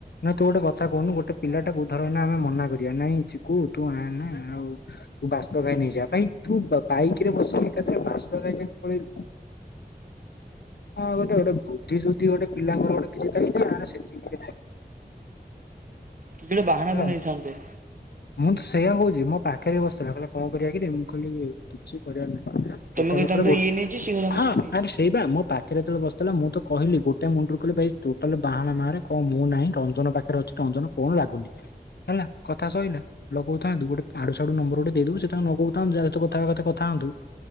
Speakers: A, on the left; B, on the right.
A: ତୁ ଗୋଟେ କଥା କହୁନୁ ଗୋଟେ ପିଲାଟାକୁ ଧର ଏଇନା ଆମେ ମନା କରିବା ନାଇଁ ଚିକୁ ତୁ ଆଣନା ଆଉ ତୁ ବାଷ୍ପ ଖାଇ ନେଇଯା ଭାଇ ତୁ ବାଇକ ରେ ବସିକି ଏକାଥରେ ବାଷ୍ପ ଗାଇ ଯାଙ୍କେ ପଳେଇଲୁ । ହଁ ଗୋଟେ ଗୋଟେ ବୁଦ୍ଧି ସୁଦ୍ଧି ଗୋଟେ ପିଲାଙ୍କର ଗୋଟେ କିଛି ଚାଲିଛି ନା ସେତିକି ନାହିଁ।
B: କିଡେ ବାହାନା
A: ହେଲା।
B: ବନେଇଥାନ୍ତେ।
A: ମୁଁ ତ ସେଇା କହୁଛି ମୋ ପାଖରେ ବସିଥିଲା କହିଲେ କଣ କରିବା କିରେ ମୁଁ କହିଲି କିଛି କରିବାର ନାହିଁ।
B: ତମେ
A: ଟେଟାଲ
B: କହିଥାନ୍ତ
A: ଉପରେ ଗୋଟା
B: ଇଏ ନେଇଛି ସିଏ କହିଥାନ୍ତା
A: ହଁ
B: ସିଏ ନେଇଛି।
A: ଆରେ ସେଇ ପା ମୋ ପାଖ ପାଖରେ ଯେତେବେଳେ ବସିିଥିଲା ମୁଁ ତ କହିଲି ଗୋଟେ ମୁଣ୍ଡରୁ କହି ଭାଇ ଟୋଟାଲ ବାହାନା ମାରେ କହ ମୁଁ ନାହିଁ ରଞ୍ଜନ ପାଖରେ ଅଛି ରଞ୍ଜନ ଫୋନ ଲାଗୁନି। ହେଲା କଥା ସହିଲା ଲଗଉଥାନ୍ତୁ ଗୋଟେ ଆଡୁ ସିଆଡୁ ନମ୍ବର ଗୋଟେ ଦେଇଦବୁ ସେ ତାଙ୍କୁ ଲଗଉଥାନ୍ତୁ ଯହା ସହିତ କଥା ହେବା କଥା ହୁଅନ୍ତୁ